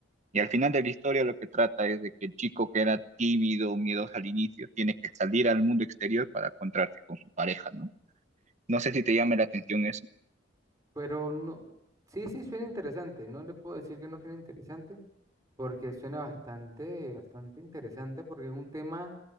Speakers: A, on the right (about 40°); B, on the right (about 20°).
A: Y al final de la historia lo que trata es de que el chico que era tímido, miedoso al inicio, tiene que salir al mundo exterior para encontrarse con su pareja, ¿no? No sé si te llama la atención eso.
B: Pero no, sí, sí suena interesante. No le puedo decir que no suena interesante, porque suena bastante, bastante interesante, porque es un tema